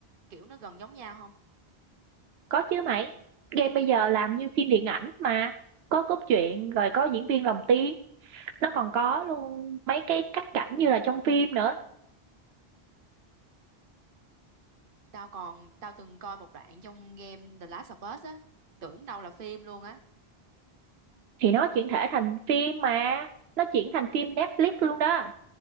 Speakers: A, on the right (about 55°); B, on the right (about 75°).
A: kiểu nó gần giống nhau không
B: Có chứ mày, game bây giờ làm như phim điện ảnh mà, có cốt truyện rồi có diễn viên lồng tiếng, nó còn có luôn mấy cái cắt cảnh như là trong phim nữa,
A: tao còn tao từng coi một đoạn trong game The Last of Us á tưởng đâu là phim luôn á
B: thì nó chuyển thể thành phim mà, nó chuyển thành phim Netflix luôn đó.